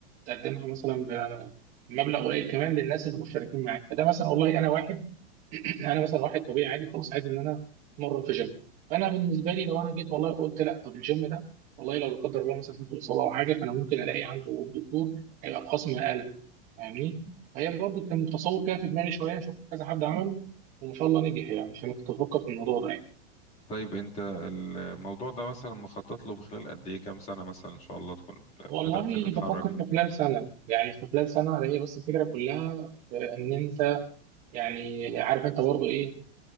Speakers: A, on the right; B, on the left.
A: تقدمها مثلا ب- بمبلغ قليل كمان للناس اللي مشتركين معاك فده مثلا والله انا واحد انا مثلا واحد طبيعي عادي خلاص عايز ان انا اتمرن في جيم فانا بالنسبه لي لو انا جيت والله قلت لا طب الجيم ده والله لو لا قدر الله مثلا حصل اصابه او حاجه فانا ممكن الاقي عنده الدكتور هيبقى بخصم اقل فاهمني فهي برضه كان تصور كده في دماغي شويه شفت كذا حد عمله وما شاء الله نجح يعني فانا كنت بفكر في الموضوع ده يعني
B: طيب انت الموضوع ده مثلا مخطط له في خلال قد ايه كام سنة مثلا ان شاء الله تكون
A: والله
B: بدأت تتحرك
A: بفكر
B: فيه
A: في خلال سنه يعني في خلال سنه هي بس الفكره كلها في ان انت يعني عارف انت برضه ايه